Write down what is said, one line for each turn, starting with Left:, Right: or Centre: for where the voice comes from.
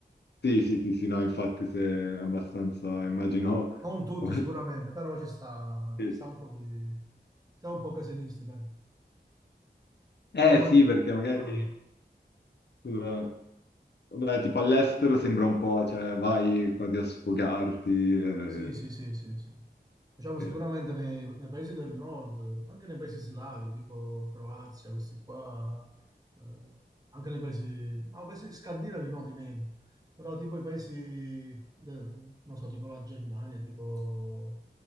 Left: Sì, sì, sì, sì, no, infatti se è abbastanza, immagino...
Right: Non tutti
Left: <laughs>
Right: sicuramente, però ci sta,
Left: Sì.
Right: ci sta un po' di... Siamo un po' casinisti, dai.
Left: Eh
Right: Poi ma-
Left: sì, perché magari...
Right: ah.
Left: scusa, Vabbè, tipo all'estero sembra un po', cioè vai quasi a sfogarti. eh,
Right: Sì, sì, sì, sì, sì. Diciamo
Left: sì.
Right: sicuramente nei, nei paesi del nord, anche nei paesi slavi, tipo Croazia, questi qua, eh, anche nei paesi, no, paesi scandinavi no, di meno, però tipo i paesi, del- non so, tipo la Germania, tipo